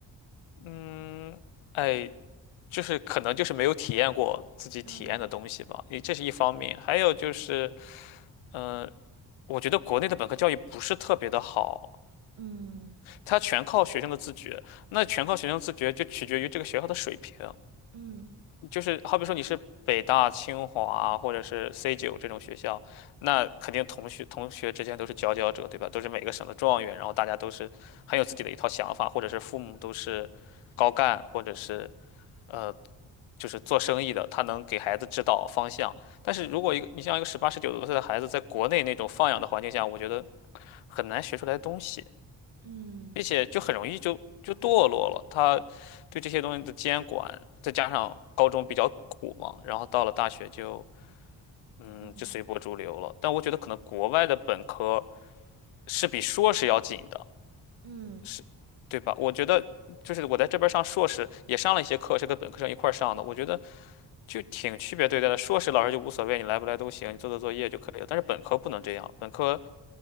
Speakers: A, on the left; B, on the right.
A: 嗯，哎，就是可能就是没有体验过自己体验的东西吧，
B: 嗯
A: 也这是一方面。还有就是，嗯、我觉得国内的本科教育不是特别的好，
B: 嗯
A: 它全靠学生的自觉，那全靠学生自觉就取决于这个学校的水平。
B: 嗯
A: 就是好比说你是北大、清华或者是 C 九这种学校，那肯定同学同学之间都是佼佼者，对吧？都是每个省的状元，然后大家都是很有自己的一套想法，或者是父母都是高干，或者是呃就是做生意的，他能给孩子指导方向。但是如果一个你像一个十八、十九多岁的孩子，在国内那种放养的环境下，我觉得很难学出来东西。
B: 嗯
A: 并且就很容易就就堕落了。他对这些东西的监管，再加上高中比较苦嘛，然后到了大学就嗯就随波逐流了。
B: 嗯
A: 但我觉得可能国外的本科是比硕士要紧的，
B: 嗯，
A: 是，对吧？我觉得就是我在这边儿上硕士也上了一些课，是跟本科生一块儿上的，我觉得就挺区别对待的。硕士老师就无所谓，你来不来都行，你做做作业就可以了。但是本科不能这样，本科